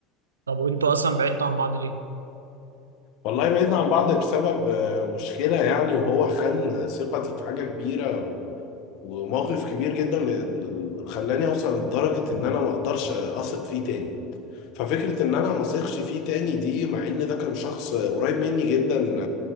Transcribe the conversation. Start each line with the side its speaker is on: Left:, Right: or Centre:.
Right: طب وانتوا اصلا بعدتوا عن بعض ليه؟
Left: والله بعدنا عن بعض بسبب آه، مشكلة يعني وهو خان ثقتي في حاجة كبيرة و- وموقف كبير جدا ل- خلاني أوصل لدرجة إن أنا ما أقدرش أثق فيه تاني ففكرة إن أنا ما أثقش فيه تاني دي مع إن ده كان شخص قريب مني جدا